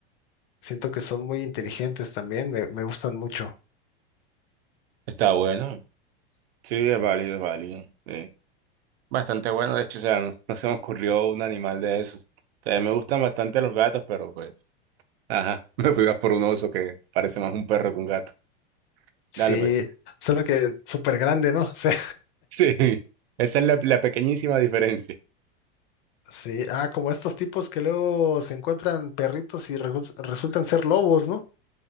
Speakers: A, on the left (about 55°); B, on the right (about 80°).
A: Siento que son muy inteligentes también, me, me gustan mucho.
B: Está bueno. Sí, es válido, es válido. sí. Bastante bueno, de hecho, o sea, no, no se me ocurrió un animal de esos. También me gustan bastante los gatos, pero pues, ajá, <laughs> me fui más por un oso que parece más un perro que un gato.
A: Sí,
B: Dale, pues. <laughs>
A: solo que súper grande, ¿no? <laughs> O sea,
B: Sí, esa es la, la pequeñísima diferencia.
A: sí, ah, como estos tipos que luego se encuentran perritos y resu- resultan ser lobos, ¿no?